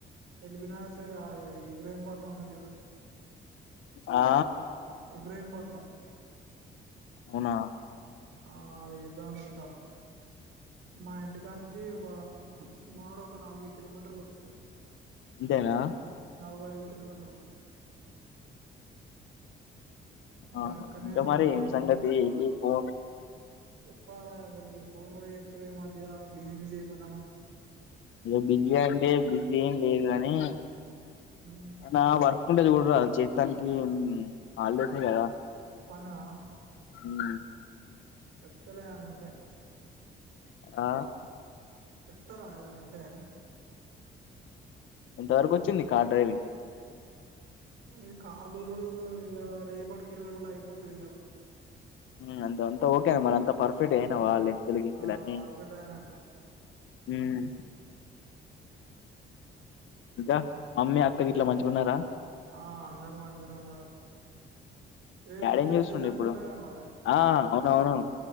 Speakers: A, on the right; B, on the left.
A: ఎల్ బినగర్ సైడ్ ఆవి ఇబ్రహీంపట్నం ఉన్నది జుడు
B: ఆ
A: ఇబ్రహీంపట్నం
B: ఔనా
A: ఆ అది చేద్దాంమి అనుకుంటన్న మా ఇంటిక్ దాన్ కి ఒక సుమారు ఒక నలభై కిలోమీటర్లు వొత్ ది
B: అంతేనా
A: నలబై ఐదు కిలోమీటర్లు ఇగ
B: ఆ
A: అక్కన్నే
B: ఇంకా
A: యన్న
B: మరి
A: చిన్న
B: ఏం
A: రూమ్
B: సంగతి
A: జుస్ కోవాలె
B: ఏంటి పో
A: చెప్పాలె అసలకి ఫోన్ గుడా జెత్తలేవు ఇ మధ్య బిజీ బిజీ అయిపోతాన్నవు
B: ఇగ బిజీ అంటే బిజీ ఎం లేదు గాని
A: హ్మ్
B: నా వర్క్ కుండేది చూడ్ రాద్ చేత్తానికి హ్మ్ హాల్ డేస్ యే గదా
A: బాన్నావా
B: ఉహౌ
A: చెప్ తలే ఏవన్ ఉంటే
B: ఆ
A: ఇత్తర ఏదేనా ఉంటే?
B: ఎంత వరకు వచ్చింది కార్ డ్రైవింగ్?
A: అది కార్ తోలుడు ఇక రేపటికి ఇరవైరోలు అయిపోతోది ఇగ
B: మ్ అంతే అంతే ఓకే మరి అంతా పర్ఫెక్ట్ ఏనావవా అలె పెళ్లి గిత్త
A: ఆ
B: ల్ ఆని
A: పర్ఫెక్ట్ ఆయన అంటే
B: మ్ ఇంకా మమ్మీ అక్క గేట్ల మంచిగా ఉన్నారా?
A: ఆ అందరు మంచగా ఉన్నారు రేపు
B: డాడీ ఏం
A: టెన్త్
B: చేస్తుండు
A: రిజల్ట్
B: ఇప్పుడు
A: అంటగా మరీ
B: ఆ అవునవును